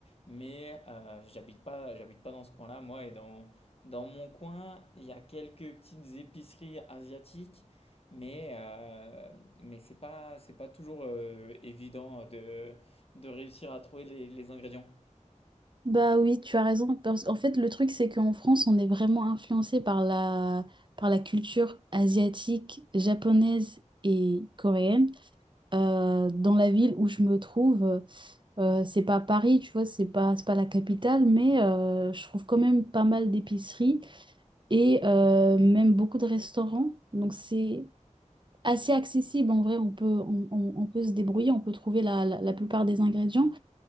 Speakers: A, on the left; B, on the right.
A: Mais euh, j'habite pas, j'habite pas dans ce coin-là, moi. Et dans, dans mon coin, il y a quelques petites épiceries asiatiques, mais, euh, mais c'est pas, c'est pas toujours euh, évident de, de réussir à trouver les, les ingrédients.
B: Bah oui, tu as raison. parce- En fait, le truc, c'est qu'en France, on est vraiment influencé par la, par la culture asiatique, japonaise et coréenne. Euh, dans la ville où je me trouve, euh, c'est pas Paris, tu vois, c'est pas, c'est pas la capitale, mais euh, je trouve quand même pas mal d'épiceries et euh, même beaucoup de restaurants. Donc c'est assez accessible en vrai, on peut, on, on- on peut se débrouiller, on peut trouver la, la la plupart des ingrédients.